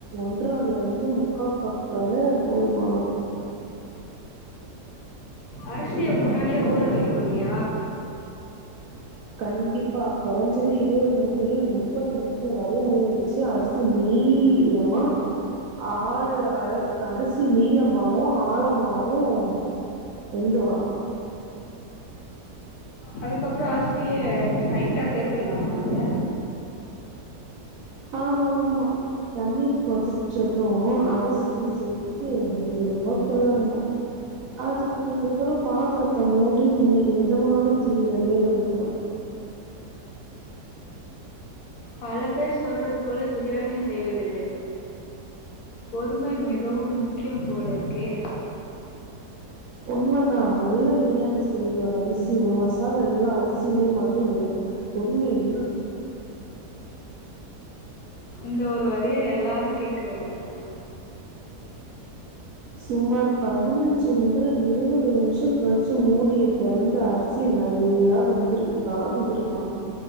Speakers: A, on the right; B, on the left.
A: ஒன்றலந்து முக்கா கப் வர போதுமானது
B: அரிசிய முன்னாடியா ஊற வெக்கணு இல்லையா
A: கண்டிப்பா கொறஞ்சது இருவது முதல் முப்பது நிம்ஷம் வரை ஊறவச்சு அரிசி நீளமா ஆழ அழ அரிசி நீளமாவும் ஆழமாவும் வெந்து வரும்
B: அதுக்கப்றோ அரிசி ஸ்டெயிட்டா சேத்துட்லாமா அதுல
A: ஆமா ஆமா தண்ணீர் கொதிச்சதும் அரிசிய சேர்த்து மெதுவா கெளறணு அதுக்கு அப்பறோ பாத்தரத்த மூடி மீ மிதமான தீயில வேக வெக்கணு
B: பல பேர் சொல்றது போல பிரியாணி செய்வதில்லை பொறுமை மிகவும் முக்கியம் போல இருக்கே
A: உண்மதான நல்ல பிரியாணி செய்ய ஒரு அரிசியோ மசாலாலயோ அரிசிலயோ மட்டும் இல்ல பொறுமைலயு இருக்கு
B: இந்த ஒரு வரிய எல்லாரும் கேக்க வேண்டும்
A: சுமார் பதினஞ்சு முதல் இருவது நிமிஷம் கழிச்சு மூடிய தொறந்து அரிசி நல்லா வெந்துருக்கா வெந்திருக்கணு